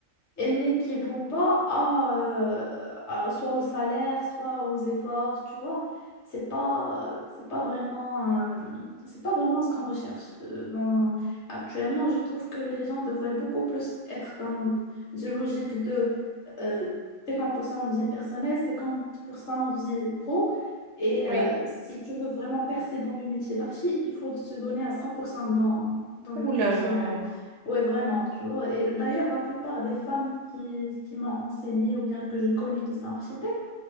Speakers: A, on the left; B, on the right.
A: elles n'équivaut pas à, euh, à- soit au salaire, soit aux efforts, tu vois. C'est pas, euh, c'est pas vraiment, euh, c'est pas vraiment ce qu'on recherche. Euh, dans- actuellement, je trouve que les gens devraient beaucoup plus être dans une logique de euh, 50% vie personnelle, 50% vie pro. Et
B: Oui.
A: euh, si tu veux vraiment percer dans le métier d'archi, il faut se donner à 100% dans, dans le
B: Ouh
A: professionnel.
B: là là.
A: Oui, vraiment, tu vois. Et d'ailleurs, la plupart des femmes qui, qui m'ont enseigné ou bien que je connais qui sont architectes,